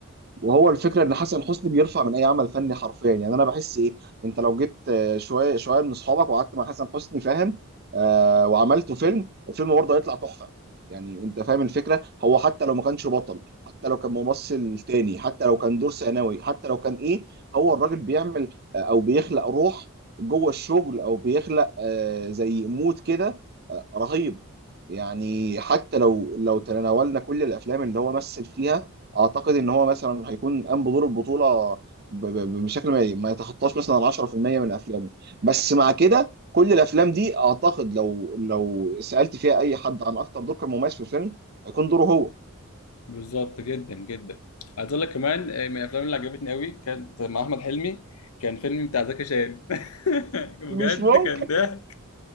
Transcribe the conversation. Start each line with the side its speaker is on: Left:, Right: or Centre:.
Right: وهو الفكره ان حسن حسني بيرفع من اي عمل فني حرفيا يعني انا بحس ايه انت لو جيت آه، شويه شويه من اصحابك وقعدت مع حسن حسني فاهم آه وعملته فيلم الفيلم برضه هيطلع تحفه يعني انت فاهم الفكره هو حتى لو ما كانش بطل حتى لو كان ممثل تاني حتى لو كان دور ثانوي حتى لو كان ايه هو الراجل بيعمل آه، او بيخلق روح جوه الشغل او بيخلق آه زي مود كده آه رهيب يعني حتى لو لو تناولنا كل الافلام اللي هو مثل فيها اعتقد ان هو مثلا هيكون قام بدور البطوله ب- ب- بشكل ما ما يتخطاش مثلا ال 10% من افلامه بس مع كده كل الافلام دي اعتقد لو لو سالت فيها اي حد عن اكتر دور كان مميز في الفيلم هيكون دوره هو
Left: بالظبط جدا جدا عايز اقول لك كمان آه، من الافلام اللي عجبتني قوي كانت مع احمد حلمي كان فيلم بتاع زكي شان <laughs> بجد
Right: مش ممكن
Left: كان ضحك